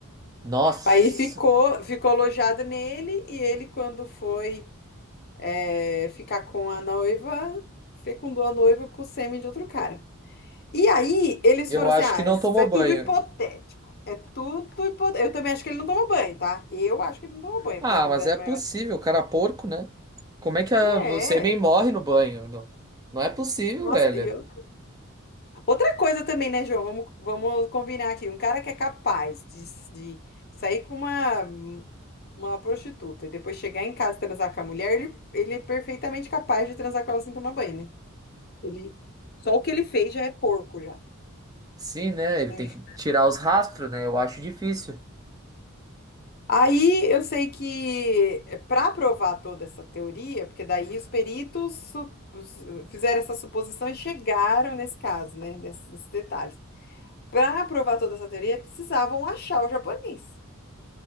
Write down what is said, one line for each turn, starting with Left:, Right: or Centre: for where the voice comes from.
Right: Nossa,
Left: Aí ficou, ficou alojado nele, e ele, quando foi, é, ficar com a noiva, fecundou a noiva com o sêmen de outro cara. E aí, eles
Right: eu
Left: foram assim:
Right: acho
Left: ah,
Right: que não
Left: isso
Right: tomou
Left: é
Right: banho.
Left: tudo hipotético. É tudo hipotético. Eu também acho que ele não tomou banho, tá? Eu acho que ele não tomou banho.
Right: Ah,
Left: Probabilidade
Right: mas é
Left: maior.
Right: possível, o cara é porco, né? Como é que a...
Left: É.
Right: o sêmen morre no banho? Não, não é possível,
Left: Nossa,
Right: velho.
Left: e eu- outra coisa também, né, João? Vamos, vamos combinar aqui. Um cara que é capaz de, de sair com uma, uma prostituta e depois chegar em casa e transar com a mulher, ele, ele é perfeitamente capaz de transar com ela sem tomar banho, né? Ele, só o que ele fez já é porco, já.
Right: Sim, né? Ele
Left: né?
Right: tem que tirar os rastros, né? Eu acho difícil.
Left: Aí eu sei que para provar toda essa teoria, porque daí os peritos su- os- fizeram essa suposição e chegaram nesse caso, né, nesses, nesses detalhes. Para provar toda essa teoria, precisavam achar o japonês.